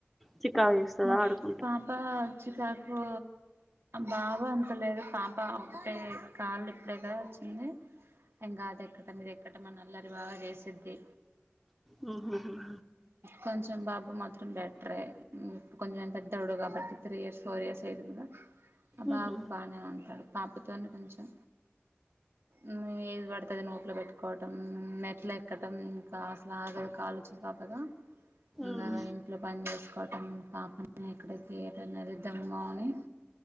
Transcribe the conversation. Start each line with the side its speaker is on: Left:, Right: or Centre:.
Centre: చికాకు చేస్తదా
Right: మా
Centre: ఆడుకుంటా
Right: పాప చికాకు బాగా అంత లేదు పాప ఒకటే కాళ్ళు ఇప్పుడేగా వచ్చింది. ఏం గాదు ఎక్కూత మీరు ఎక్ కంటే అల్లరి బాగా చేసుద్ది
Centre: హ్ హ్ హ్
Right: కొంచెం బాబు మాత్రం బెటరే ఉ ఇప్పుడు కొంచెం పెద్దొడు కాబట్టి త్రీ ఇయర్స్ ఫోర్ ఇయర్స్ అయితుందిగా ఆ బాబు
Centre: ఉహు
Right: బానే ఉంటాడు. పాపతోనే కొంచెం ఉ ఏది పడితే అది నోట్లో పెట్టుకోవటడం. మేట్లు ఎక్కడం ఇంకా అసలు ఆగదు. కాలు చిన్న పాపగా
Centre: ఉమ్
Right: ఇంగా ఇంట్లో పని చేసుకోవటం టం పాప ఇక్కడ థియేటర్ ఏలుద్దాము అని